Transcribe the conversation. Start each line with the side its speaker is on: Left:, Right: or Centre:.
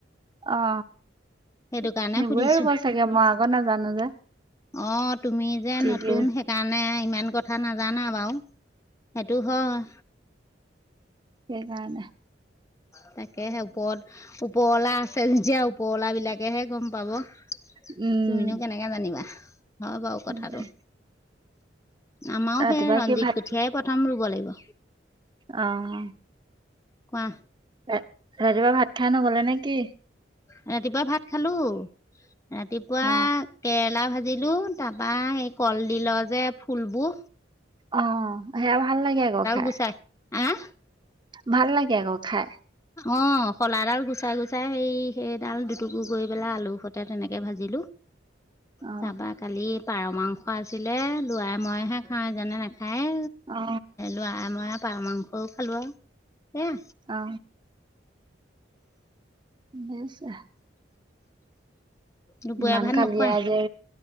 Right: অ
Left: সেইটো
Right: সেইবোৰে
Left: কাৰণে সুধিছোঁ
Right: ৰুব চাগে মই আক নাজানো যে।
Left: অ তুমি যে
Right: কি
Left: নতুন
Right: কি
Left: সেইকাৰণে ইমান কথা নাজানা বাৰু। সেইটো হয়।
Right: সেইকাৰানে।
Left: তাকে সেই ওপৰত, ওপৰৱালা আছে নিজীয়া ওপৰৱালা বিলাক তাকেহে গম পাব, তুমিনো
Right: উম
Left: কেনেকে জানিবা হয় বাৰু
Right: সেইটোৱে।
Left: কথাটো। আমাৰো
Right: ৰাতিপুৱা
Left: সেই ৰঞ্জিত
Right: কি
Left: কোঠিয়াই প্ৰথম ৰুব লাগিব।
Right: আহ।
Left: কোৱা?
Right: ৰাত ৰাতিপুৱা ভাত খাই নগলে নে কি?
Left: ৰাতিপুৱা ভাত খালো, ৰাতিপুৱা
Right: অ
Left: কেৰেলা ভাজিলো তাৰপা এই কলডিলৰ যে ফুলবো
Right: অ সেয়া ভাল লাগে আকৌ খাই।
Left: গুচাই আহ
Right: ভাল লাগে আকৌ খাই।
Left: অঁ শলাডাল গুচাই গুচাই সেই সেইডাল দুটুকু কৰি পেলাই আলু সতে তেনেকে ভাজিলোঁ।
Right: অ
Left: তাৰাপা কালি পাৰ মাংস আছিলে লোৱাই মইহে খাওঁ জানে নাই? খায়ে,
Right: অ
Left: লৰাই মই পাৰ মাংসও খালোঁ আৰু। সেয়া
Right: অ। <unintelligible>
Left: দুপৰীয়া
Right: ইমান
Left: ভাত
Right: কালিয়া
Left: নোখোৱা
Right: যে,